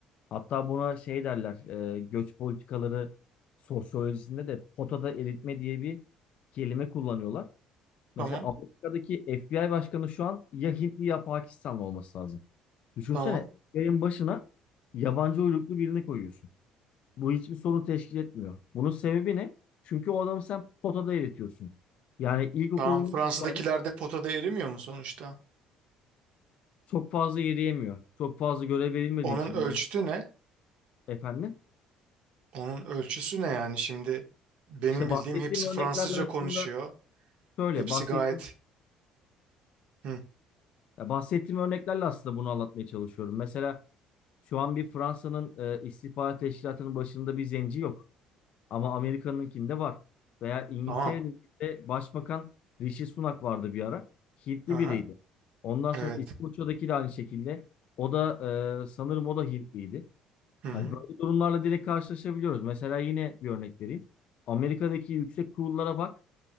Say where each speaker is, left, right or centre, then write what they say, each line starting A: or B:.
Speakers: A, on the left; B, on the right.
A: Hatta buna şey derler, e, göç politikaları sosyolojisinde de potada eritme diye bir kelime kullanıyorlar. Mesela
B: Tamam.
A: Amerika'daki FBI başkanı şu an ya Hintli ya Pakistanlı olması lazım. Düşünsene,
B: Tamam.
A: yayın başına yabancı uyruklu birini koyuyorsun. Bu hiçbir sorun teşkil etmiyor. Bunun sebebi ne? Çünkü o adamı sen potada eritiyorsun. Yani ilkokulundan
B: Tamam. Fransa'dakiler
A: itibaren
B: de potada erimiyor mu sonuçta?
A: çok fazla yürüyemiyor. Çok fazla görev verilmediği
B: Onun
A: için
B: ölçütü
A: yani
B: ne?
A: efendim.
B: Onun ölçüsü ne yani şimdi? Benim
A: İşte bahsettiğim
B: bildiğim hepsi
A: örneklerle
B: Fransızca
A: aslında
B: konuşuyor.
A: Şöyle
B: Hepsi
A: bahsettiğim
B: gayet. Hı.
A: Ya bahsettiğim örneklerle aslında bunu anlatmaya çalışıyorum. Mesela şu an bir Fransa'nın e, istihbarat teşkilatının başında bir zenci yok. Ama Amerika'nınkinde var. Veya İngiltere'de
B: Tamam.
A: başbakan Rishi Sunak vardı bir ara. Hintli
B: Hı hı.
A: biriydi. Ondan
B: Evet.
A: sonra İskoçya'daki de aynı şekilde. O da e, sanırım o da Hintliydi.
B: Hı hı.
A: Hani böyle durumlarla direkt karşılaşabiliyoruz. Mesela yine bir örnek vereyim. Amerika'daki yüksek kurullara bak.